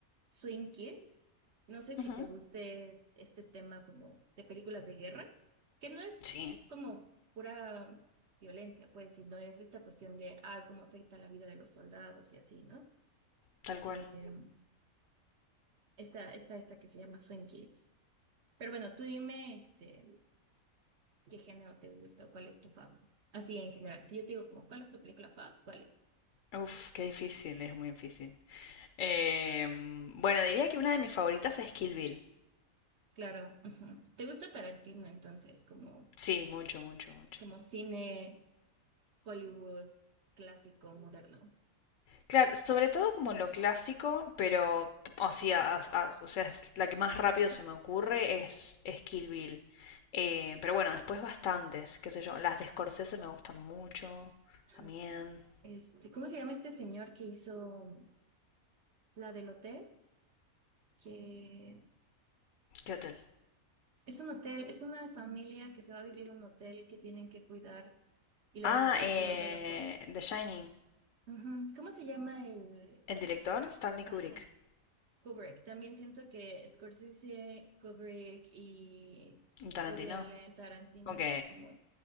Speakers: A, on the right (about 55°); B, on the left (about 70°).
A: Swing Kids. No sé si
B: Ujú,
A: te guste este tema como de películas de guerra, que no es
B: Sí,
A: como pura violencia, pues, sino es esta cuestión de, ah, cómo afecta la vida de los soldados y así, ¿no?
B: tal cual.
A: Eh, esta, esta, esta que se llama Swing Kids. Pero bueno, tú dime, este, qué género te gusta o cuál es tu favorito. Así en general. Si yo te digo como, ¿cuál es tu película fav? ¿Cuál es?
B: Uf, qué difícil, es muy difícil. Em, bueno, diría que una de mis favoritas es Kill Bill.
A: Claro. ujú. ¿Te gusta Tarantino entonces, como,
B: Sí, mucho, mucho, mucho.
A: como cine Hollywood clásico, moderno?
B: Claro, sobre todo como lo clásico, pero o sea, as- a- o sea, es la que más rápido se me ocurre es, es Kill Bill. Eh, pero bueno, después bastantes, qué sé yo. Las de Scorsese me gustan mucho
A: Ajá.
B: también.
A: Este, ¿cómo se llama este señor que hizo la del hotel? Que
B: ¿Qué hotel?
A: es un hotel, es una familia que se va a vivir a un hotel que tienen que cuidar y luego
B: Ah,
A: el papá
B: eh,
A: se vuelve loco.
B: The Shining.
A: Ujú. ¿Cómo se llama el...?
B: El director Stanley
A: Ajá.
B: Kubrick.
A: Kubrick. También siento que Scorsese, Kubrick y
B: Y Tarantino.
A: Woody Allen, Tarantino
B: Ok.
A: están como